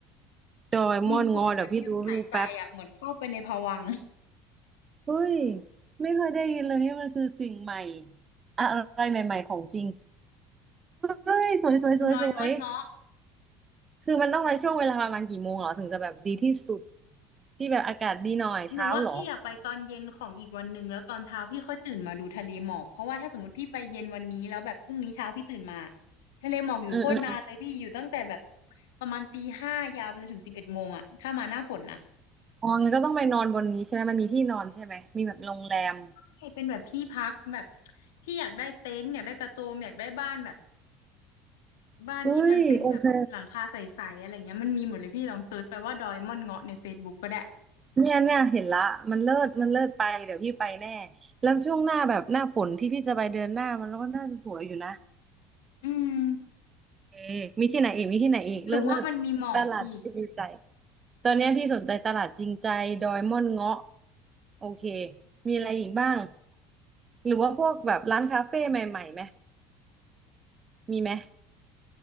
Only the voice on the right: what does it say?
ดอยม่อนงอเดี๋ยวพี่ดูรูปแป๊บ
เฮ้ยไม่เคยได้ยินเลยนี่มันคือสิ่งใหม่อะไรใหม่ๆของจริง เฮ้ยสวยสวยสวยสวย
คือมันต้องมาช่วงเวลาประมาณกี่โมงเหรอถึงจะแบบดีที่สุดที่แบบอากาศดีหน่อยเช้าเหรอ
เออเออ
อ๋องั้นก็ต้องไปนอนบนนี้ใช่ไหมมันมีที่นอนใช่ไหมมีแบบโรงแรม
เฮ้ยโอเค
เนี่ยเนี่ยเห็นละมันเลิศมันเลิศไปเดี๋ยวพี่ไปแน่แล้วช่วงหน้าแบบหน้าฝนที่พี่จะไปเดือนหน้ามันก็น่าจะสวยอยู่นะ
เอมีที่ไหนอีกมีที่ไหนอีกเลิศเลิศตลาดจริใจ
ตอนเนี้ยพี่สนใจตลาดจริงใจดอยม่อนเงาะโอเคมีอะไรอีกบ้างหรือว่าพวกแบบร้านคาเฟ่ใหม่ๆไหมมีไหม